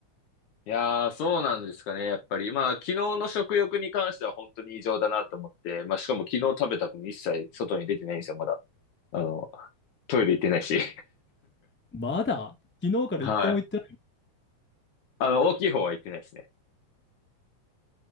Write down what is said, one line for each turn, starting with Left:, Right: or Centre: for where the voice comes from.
Left: いやーそうなんですかね、やっぱり。まあ、昨日の食欲に関しては本当に異常だなと思って、まあ、しかも昨日食べた分一切外に出てないんですよ、まだ。あの、トイレ行ってないし。
Centre: まだ昨日から一回も行ってない。
Left: <laughs> はい。あの、大きい方は行ってないですね。